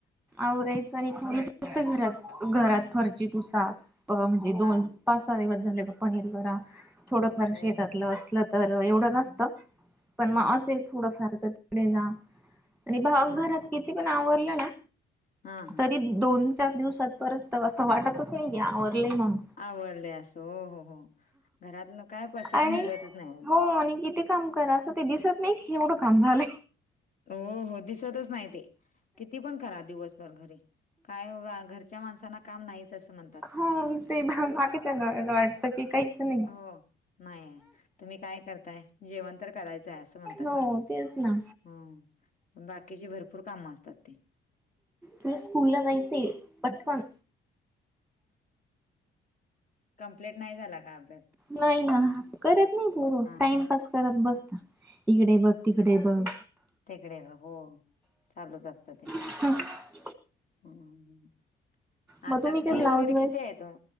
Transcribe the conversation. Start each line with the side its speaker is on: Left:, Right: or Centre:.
Centre: आवरायचं आणि कोणचं नसतं घरात. घरात फरशी पुसा. अ म्हणजे दोन,
Left: हां,
Centre: पाच, सहा दिवस झाले जरा थोडंफार
Left: हो,
Centre: शेतातलं
Left: हो.
Centre: असल तर एवढं नसतं. पण
Left: हां,
Centre: मग
Left: हां.
Centre: असेल थोडंफार तर तिकडे जा आणि पहा घरात
Left: हां,
Centre: किती पण आवरलं ना
Left: हां, हां.
Centre: तरी दोन, चार दिवसात परत असं वाटतच नाही की आवरलंय म्हणून.
Left: आवरले आसं हो हो हो. घरातन काय पसारा
Centre: आणि
Left: निघतच नाही.
Centre: हो आणि किती काम करा असं ते दिसत नाही हेवढं काम झालंय.
Left: हो हो दिसतच नाही ते. किती पण करा दिवसभर घरी. काय घरच्या माणसांना काम नाहीच असं म्हण
Centre: हा ते बाकी बाकीच्यांना वाटत की काहीच नाही
Left: हो, नाही आहे. तुम्ही काय करताय? जेवण तर करायचंय आस म्हणतात
Centre: हो
Left: ना
Centre: तेच ना
Left: अ बाकीची भरपूर कामं असतात ती.
Centre: तुला स्कूलला जायचं आहे पटकन.
Left: कम्पलेट नाही झाला. का अभ्यास?
Centre: नाही ना. करत नाही पोरं.
Left: हा
Centre: टाइमपास करत बसता. इकडे बघ तिकडे बघ.
Left: तीकडे हो चालूच असतं ते.
Centre: <unintelligible>
Left: ह
Centre: मग
Left: आता
Centre: तुम्ही काय
Left: फी
Centre: ब्लाऊज
Left: वगैरे
Centre: व
Left: किती आहेत ओ